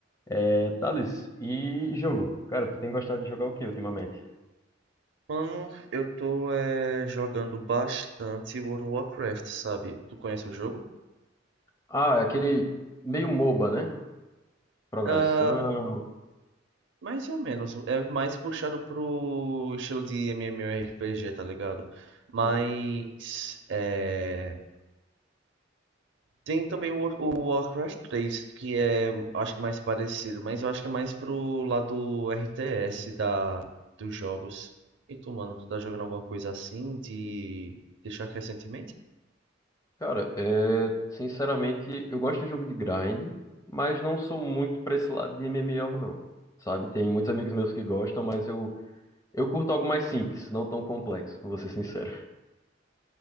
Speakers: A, on the left; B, on the right.
A: É, Thales, e jogo? Cara, tu tem gostado de jogar o que ultimamente?
B: Mano, eu tô eh, jogando bastante World of Warcraft, sabe? Tu conhece o jogo?
A: Ah, é aquele meio MOBA, né? Progressão.
B: Ah, mais ou menos. É mais puxado pro estilo de MMORPG, tá ligado? Mas
A: né?
B: eh, tem também o, War- o Warcraft 3, que é, acho que mais parecido, mas eu acho que é mais pro lado RTS da, dos jogos. E tu, mano, tu tá jogando alguma coisa assim de deixar recentemente?
A: Cara, é, sinceramente, eu gosto de jogo de grind, mas não sou muito pra esse lado de MMO, não. Sabe? Tem muitos amigos meus que gostam, mas eu, eu curto algo mais simples, não tão complexo, vou ser sincero.